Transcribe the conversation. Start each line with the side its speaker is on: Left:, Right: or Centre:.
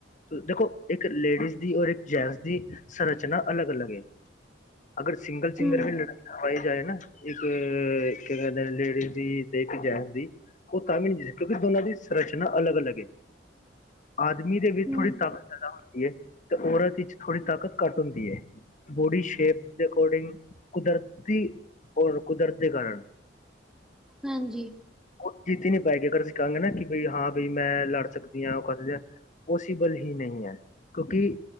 Left: ਦੇਖੋ, ਇੱਕ ਲੇਡੀਜ਼ ਦੀ ਔਰ ਇੱਕ ਜੈਂਟਸ ਦੀ ਸੰਰਚਨਾ ਅਲੱਗ-ਅਲੱਗ ਏ। ਅਗਰ ਸਿੰਗਲ ਸਿੰਗਰ
Centre: ਹੂੰ
Left: ਵੀ ਲੜਵਾਏ ਜਾਏ ਨਾ, ਇੱਕ ਅ ਕੀ ਕੈਂਦੇ ਨੇ, ਲੇਡੀਜ਼ ਦੀ ਤੇ ਇੱਕ ਜੈਂਟਸ ਦੀ ਔ ਤਾਂ ਵੀ ਨੀ, <unintelligible> ਕਿਉਂਕਿ ਦੋਨਾਂ ਦੀ ਸਰਚਨਾ ਅਲਗ-ਅਲਗ ਏ।
Centre: <inaudible>
Left: ਆਦਮੀ ਦੇ ਵਿੱਚ
Centre: ਹੂੰ
Left: ਥੋੜੀ ਤਾਕਤ ਜ਼ਾਦਾ ਹੁੰਦੀ ਏ, ਤੇ ਔਰਤ ਵਿੱਚ ਥੋੜ੍ਹੀ ਤਾਕਤ ਘੱਟ ਹੁੰਦੀ ਏ। ਬੋਡੀ ਸ਼ੇਪ ਦੇ ਅਕੋਰਡਿੰਗ, ਕੁਦਰਤੀ ਔਰ ਕੁਦਰਤ ਦੇ ਕਾਰਨ
Centre: ਹਾਂਜੀ।
Left: ਔ ਜਿੱਤ ਹੀ ਨੀ ਪਾਏਗੀ। ਅਗਰ ਅਸੀਂ ਕਾੰਗੇ ਨਾ ਕਿ, ਬਈ ਹਾਂ, ਬਈ ਮੈਂ ਲੜ ਸਕਦੀ ਆਂ, ਔ ਕਰਦੇ ਪੋਸੀਬਲ ਹੀ ਨਹੀਂ ਐ, ਕਿਉਂਕਿ